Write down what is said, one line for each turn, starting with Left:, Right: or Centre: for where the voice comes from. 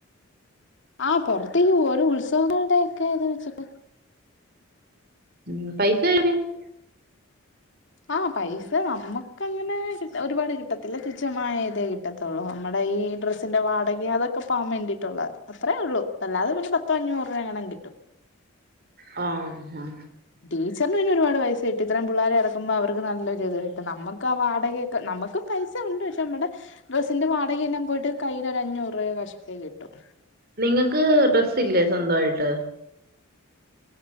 Left: ആ പുറത്ത് പോവും ഓരോ ഉത്സവങ്ങളുടെ ഒക്കെ ഇത് വെച്ചിട്ട്
Right: <unintelligible>
Left: ആഹ പൈസ നമുക്ക് അങ്ങനെ ഒരുപാട് കിട്ടത്തില്ല തുച്ഛമായ ഇതേ കിട്ട ട്ടത്തുള്ളൂ നമ്മുടെ ഈ ഡ്രസ്സിന്റെ വാടകയ അതൊക്കെ പോവൻ വേണ്ടിട്ടുള്ളത് അത്രേ ഉള്ളൂ അല്ലാതെ പിന്നെ പത്തോ അഞ്ഞൂറ് രൂപ അങ്ങനെമ കിട്ടും
Right: ആ ആ
Left: ടീച്ചറിന് പിന്നെ ഒരുപാട് പൈസകിട്ടും ഇത്രയും പിള്ളേരെ ഇറക്കുമ്പോ അവർക്ക് നല്ലൊരു ഇതായിട്ട് നമ്മക്ക് ആ വാടകയൊക്കെ നമുക്കും പൈസ ഉണ്ട് പക്ഷേ നമ്മുടെ ഡ്രസ്സിന്റെ വാടകെല്ലാം പോയിട്ട് കയ്യിലൊരഞ്ഞൂറ് രൂപ കഷ്ട്ടി കിട്ടും
Right: നിങ്ങക്ക് ഡ്രസ്സ് ഇല്ലേ സ്വന്തമായിട്ട്